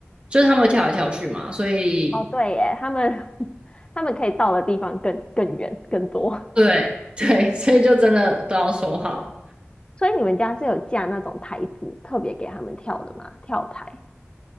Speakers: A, on the right; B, on the left.
A: 就是它们会跳来跳去嘛，所以
B: 哦，对耶，他们 <laughs> 他们可以到的地方更更远更多，
A: 对 <laughs> 对，所以就真的都要收好。
B: <laughs> 所以你们家是有架那种台子，特别给他们跳的吗？跳台？